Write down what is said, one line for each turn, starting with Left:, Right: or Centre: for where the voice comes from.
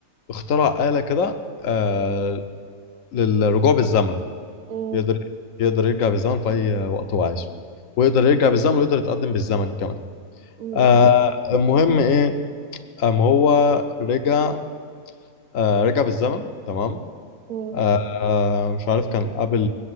Left: اخترع آلة كده آه للرجوع بالزمن
Right: مم.
Left: يقدر يقدر يرجع بالزمن في أي وقت هو عايزه ويقدر يرجع بالزمن ويقدر يتقدم بالزمن كمان
Right: مم.
Left: آه المهم ايه قام هو رجع آه رجع بالزمن تمام
Right: مم.
Left: آه آه، مش عارف كان قابل